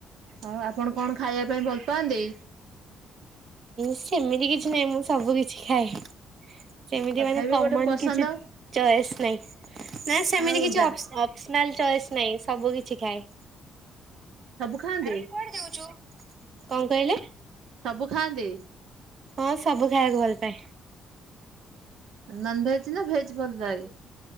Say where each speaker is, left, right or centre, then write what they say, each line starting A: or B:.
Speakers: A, on the right; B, on the right.
A: ଆଉ ଆପଣ କଣ ଖାଇବା ପାଇଁ ଭଲ ପାଆନ୍ତି।
B: ସେମିତି କିଛି ନାହିଁ ମୁଁ ସବୁ କିଛି ଖାଏ। ସେମିତି
A: ତଥାପି
B: ମାନେ କମନ୍
A: ଗୋଟେ ପସନ୍ଦ
B: କିଛି ଚଏସ ନାଇଁ ନା ସେମତି
A: ଆଉ
B: କିଛି।
A: ଯାହା
B: ଅପସନାଲ ଚଏସ୍ ନାଇଁ ସବୁ କିଛି ଖାଏ।
A: ସବୁ ଖାଆନ୍ତି?
B: ଆରାଲ କୁଆଡେ ଯାଉଛୁ କଣ କହିଲେ।
A: ସବୁ ଖାଆନ୍ତି।
B: ହଁ ସବୁ ଖାଇବାକୁ ଭଲ ପାଏ।
A: ନନ ଭେଜ ନା ଭେଜ ଭଲ ଲାଗେ।